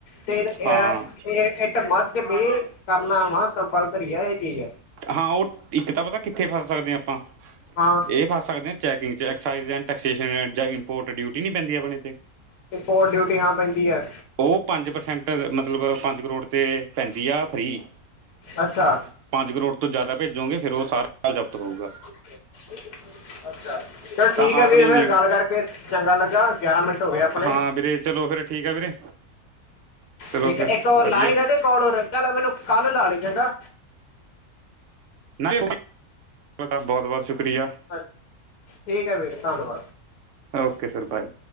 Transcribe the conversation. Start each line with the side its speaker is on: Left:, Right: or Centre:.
Left: ਤੇ, ਐ
Right: ਹਾਂ
Left: ਏ ਮਸਟ ਤੇ ਵੀ ਕਰਨਾ ਵਾ ਕੰਪਲਸਰੀ ਆ, ਏਹ ਚੀਜ।
Right: ਹਾਂ, ਓ ਇੱਕ ਤਾਂ ਪਤਾ ਕਿੱਥੇ ਫੱਸ ਸਕਦੇ ਆਂ ਆਪਾਂ,
Left: ਹਾਂ
Right: ਏ ਫੱਸ ਸਕਦੇ ਆਂ checking excise and taxation, import duty ਨ ਪੈਂਦੀ ਅਪਨੇ ਤੇ
Left: ਰਿਪੋਟ ਡਿਊਟੀ, ਹਾਂ ਪੈਂਦੀ ਐ।
Right: ਓ ਪੰਜ ਪ੍ਰਸੈਂਟ ਮਤਲਬ ਪੰਜ ਕਰੋੜ ਤੇ ਪੈਂਦੀ ਆ ਫ੍ਰਰੀ।
Left: ਅੱਛਾ।
Right: ਪੰਜ ਕਰੋੜ ਤੋਂ ਜ਼ਿਆਦਾ ਭੇਜੋਗੇ ਫਿਰ ਉਹ ਸਾਰਾ ਜ਼ਬਤ
Left: <inaudible>
Right: ਹੋਊਗਾ
Left: ਅੱਛਾ ਚਲ ਠੀਕ
Right: ਤਾਂ
Left: ਏ
Right: ਆਪਣੀ
Left: ਵੀਰ ਫਿਰ
Right: ਨੀ
Left: ਗੱਲ ਕਰਕੇ ਚੰਗਾ ਲੱਗਾ ਗਿਆਰਾਂ ਮਿੰਟ ਹੋ ਗਏ ਆਪਣੇ
Right: ਹਾਂ ਵੀਰੇ ਚਲੋ ਫੇਰ ਠੀਕ ਆ ਵੀਰੇ ਚਲੋ
Left: ਠੀਕ
Right: ਫਿਰ
Left: ਏ ਇੱਕ ਹੋਰ
Right: ਵਧੀਆ
Left: ਲਾਏਗਾ ਕੇ ਕੋਲ ਹੋਰ ਚੱਲ ਮੈਨੂੰ ਕੱਲ ਲਾ ਲਈ ਚੰਗਾ
Right: ਨਾ ਤਾਡਾ ਬਹੁਤ ਬਹੁਤ ਸ਼ੁਕਰੀਆ
Left: ਹਾਂਜੀ ਠੀਕ ਏ ਵੀਰ ਫਿਰ ਧੰਨਵਾਦ
Right: ਓਕੇ ਸਰ ਬਾਏ